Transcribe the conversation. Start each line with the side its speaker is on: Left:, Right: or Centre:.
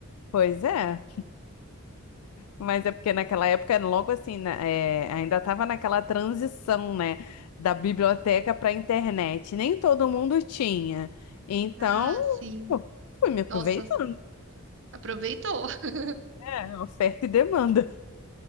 Left: Pois é. Mas é porque naquela época, logo assim, né, é, ainda estava naquela transição, né, da biblioteca para a internet. Nem todo mundo tinha. Então,
Right: Ah, sim.
Left: pô, fui me aproveitando,
Right: Nossa, aproveitou. <laughs>
Left: né? Oferta e demanda.